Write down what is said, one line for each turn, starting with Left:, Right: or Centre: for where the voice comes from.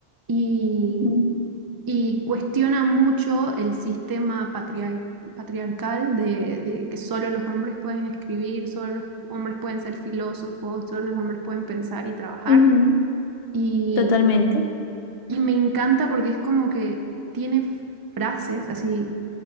Right: y
Left: ujú,
Right: Y cuestiona mucho el sistema patriar- patriarcal de, de que solo los hombres pueden escribir, solo los hombres pueden ser filósofos, solo los hombres pueden pensar y trabajar.
Left: ujú,
Right: Y,
Left: Totalmente.
Right: y me encanta porque es como que tiene frases así